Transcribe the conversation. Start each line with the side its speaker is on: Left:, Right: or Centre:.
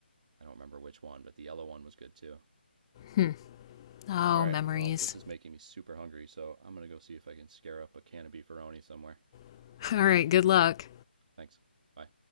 Right: I don't remember which one, but the yellow one was good too.
Left: Hmm. Oh,
Right: All right,
Left: memories.
Right: well, this is making me super hungry, so I'm going to go see if I can scare up a can of beefaroni somewhere.
Left: <laughs> All right, good luck.
Right: Thanks. Bye.